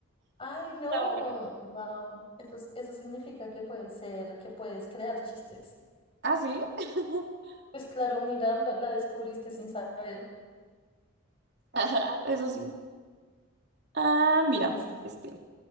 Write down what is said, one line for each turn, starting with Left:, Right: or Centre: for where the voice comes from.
Left: Ay, no.
Right: Está bueno.
Left: Wow. Eso, es- eso significa que puedes ser, que puedes crear chistes.
Right: ¿Ah, sí? <laughs>
Left: Pues claro, mira, la, la descubriste sin saber.
Right: Ajá, eso sí. Ah, mira,
Left: Listo.
Right: este,